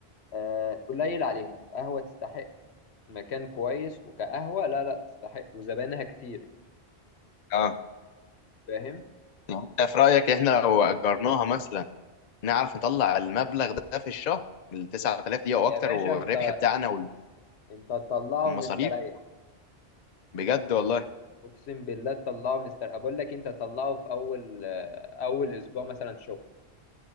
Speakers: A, on the left; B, on the left.
A: آه، قليل عليها قهوة تستحق مكان كويس وكقهوة لا لا تستحق وزباينها كتير
B: آه.
A: فاهم
B: يعني انت في رأيك احنا لو أجرناها مثلا نعرف نطلع المبلغ ده في الشهر ال 9000 دي او
A: يا
B: اكتر
A: باشا
B: والربح
A: انت
B: بتاعنا
A: انت تطلعه
B: والمصاريف
A: مستريح
B: بجد والله
A: اقسم بالله تطلعه مستريح بقول لك انت تطلعه في اول آه، اول اسبوع مثلا شغل